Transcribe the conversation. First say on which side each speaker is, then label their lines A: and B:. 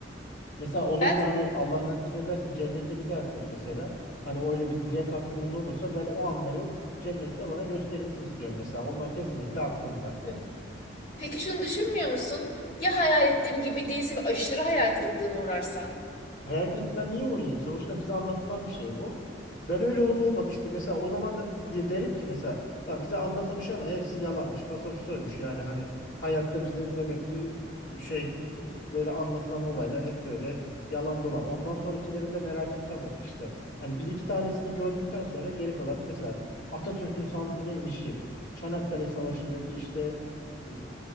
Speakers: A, on the left; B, on the left.
A: Mesela olur
B: Belki,
A: da hani Allah nasip ederse cennete gidersek mesela hani öyle bir dilek hakkımız olursa ben o anları cennette bana gösterilsin istiyorum mesela. Onlar kesinlikle aklımda.
B: peki şunu düşünmüyor musun? Ya hayal ettiğim gibi değilse ve aşırı hayal kırıklığına uğrarsan?
A: Hayal kırıklığına niye uğrayayım? Sonuçta bize anlatılan bir şey bu. Ben öyle olup olmadı işte mesela o zaman da di- diye derim ki mesela "Lan bize anlatılmış ama hepsi yalanmış, fasolfisoymuş yani hani hayatta bize demek ki e, şey e, böyle anlatılan olaylar hep böyle yalan dolan. Ondan sonrakileri de merak etmem o işte. Hani bir iki tanesini gördükten sonra geri kalanı mesela Atatürk'ün Samsun'a inişi, Çanakkale Savaşı'ndaki işte e,